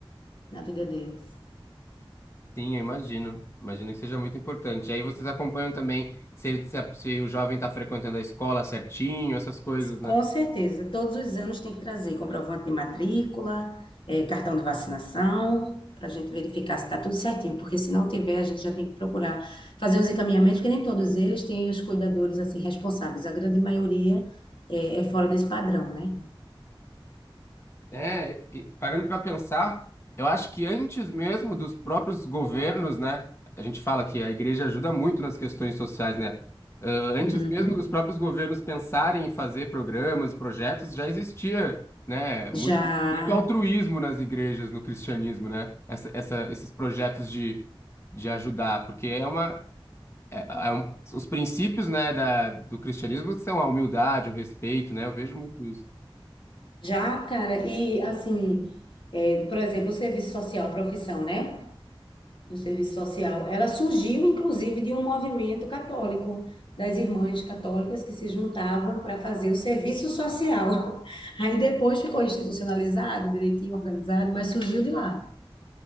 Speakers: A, on the left; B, on the left.
A: na vida deles.
B: Sim, eu imagino. Imagino que seja muito importante. E aí vocês acompanham também se, ele- se a- se o jovem está frequentando a escola certinho, essas coisas, né?
A: Com certeza, todos os anos tem que trazer comprovante de matrícula, eh, cartão de vacinação, para a gente verificar se está tudo certinho, porque se não tiver, a gente já tem que procurar fazer os encaminhamentos, porque nem todos eles têm os cuidadores assim responsáveis, a grande maioria eh, é, fora desse padrão, né?
B: É, e parando para pensar, eu acho que antes mesmo dos próprios governos, né? A gente fala que a igreja ajuda muito nas questões sociais, né? Ah, antes
A: Uhum.
B: mesmo dos próprios governos pensarem em fazer programas, projetos, já existia, né? Muito,
A: Já,
B: muito altruísmo nas igrejas, no cristianismo, né? Essa, essa- esses projetos de, de ajudar, porque é uma. é- é um- os princípios, né, da, do cristianismo são a humildade, o respeito, né? Eu vejo muito isso.
A: já, cara, e assim, eh, por exemplo, o serviço social, profissão, né? do serviço social. Ela surgiu, inclusive, de um movimento católico, das irmãs católicas que se juntavam para fazer o serviço social. <laughs> Aí depois ficou institucionalizado, direitinho organizado, mas surgiu de lá.